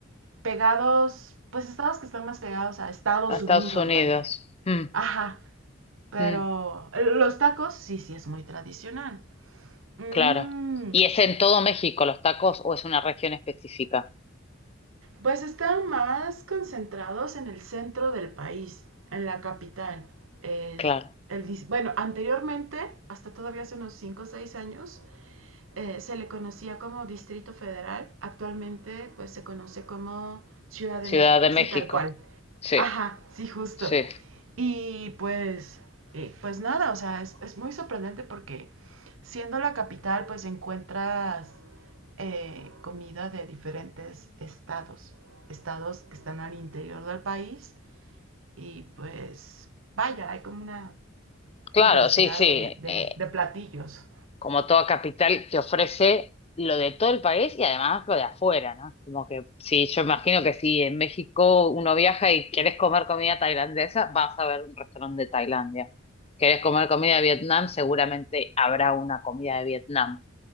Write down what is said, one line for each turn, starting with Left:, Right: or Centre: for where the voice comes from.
Right: pegados, pues estados que están más pegados a Estados
Left: a Estados
Right: Unidos,
Left: Unidos.
Right: vaya.
Left: Hmm,
Right: Ajá, pero
Left: hmm,
Right: los tacos sí, sí es muy tradicional. Mmm,
Left: claro. ¿Y es en todo México los tacos o es una región específica?
Right: pues están más concentrados en el centro del país, en la capital. Eh,
Left: Claro.
Right: el bueno, anteriormente, hasta todavía hace unos 5, o 6 años, eh, se le conocía como Distrito Federal. Actualmente, pues se conoce como Ciudad
Left: Ciudad
Right: de México,
Left: de
Right: así
Left: México.
Right: tal cual.
Left: Sí,
Right: Ajá, sí, justo.
Left: sí.
Right: Y pues, eh, pues nada, o sea, es, es muy sorprendente porque siendo la capital, pues encuentras eh, comida de diferentes estados, estados que están al interior del país y pues vaya, hay como una
Left: Claro,
Right: diversidad
Left: sí, sí.
Right: de, de,
Left: Eh,
Right: de platillos.
Left: como toda capital que ofrece lo de todo el país y además lo de afuera, ¿no? Como que sí, yo imagino que si en México uno viaja y quieres comer comida tailandesa, vas a ver un restaurante de Tailandia. Quieres comer comida de Vietnam, seguramente habrá una comida de Vietnam.